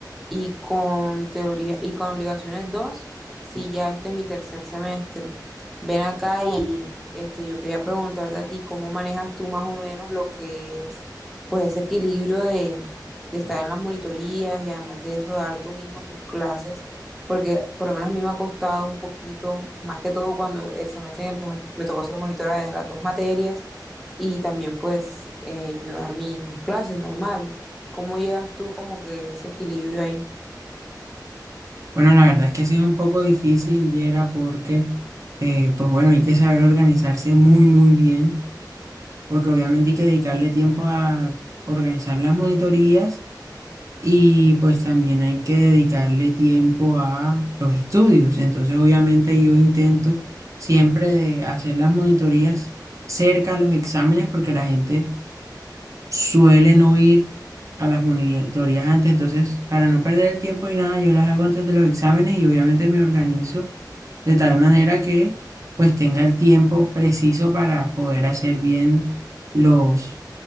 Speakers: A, in the centre; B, on the right.
A: Y con teoría y con obligaciones 2. sí, ya este es mi tercer semestre. Ven acá y este, yo quería preguntarte a ti cómo manejas tú más o menos lo que es pues ese equilibrio de, de estar en las monitorías y además de eso dar tú mismo tus clases porque por lo menos a mí me ha costado un poquito, más que todo cuando el semestre en el que me, me tocó ser monitora de las dos materias y también pues eh, yo dar mi- mis clases normales. ¿Cómo llevas tú como que ese equilibrio ahí?
B: Bueno, la verdad es que sí es un poco difícil y era porque, eh, pues bueno, hay que saber organizarse muy, muy bien, porque obviamente hay que dedicarle tiempo a organizar las monitorías y pues también hay que dedicarle tiempo a los estudios. Entonces, obviamente yo intento siempre de hacer las monitorías cerca a los exámenes porque la gente suelen oír a las monitorías antes, entonces para no perder el tiempo y nada, yo las hago antes de los exámenes y obviamente me organizo de tal manera que pues tenga el tiempo preciso para poder hacer bien los